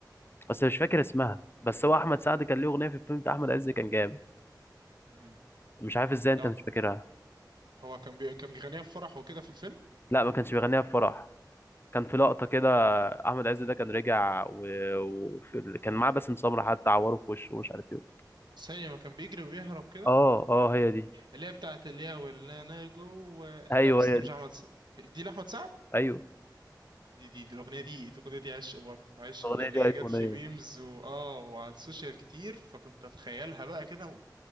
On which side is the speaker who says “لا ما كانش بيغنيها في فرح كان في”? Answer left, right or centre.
Left